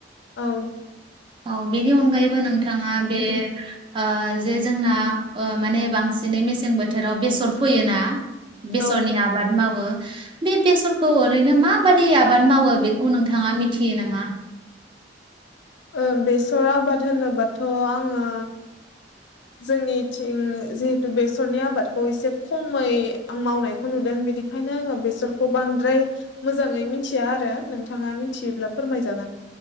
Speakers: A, on the left; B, on the right.
A: औ
B: औ बिदि अनगायैबो नोंथां थाङा बे
A: बिदि
B: ओ जे जोंना माने बांसिनै मेसें बोथोराव बेसर फैयोना बेसरनि
A: औ
B: आबाद मावो बे बेसरखौ ओरैनो माबादि आबाद मावो बेखौ नोंथाङा मिथियो नामा
A: ओं बेसर आबाद होनोबाथ' आङो जोंनिथिं जिहेतु बेसरनि आबादखौ एसे खमै आं मावनायखौ नुदों बिदि ओंखायनो आङो बेसरखौ बांद्राय मोजाङै मिथिया आरो नोंथाङा मिथियोब्ला फोरमाय जागोन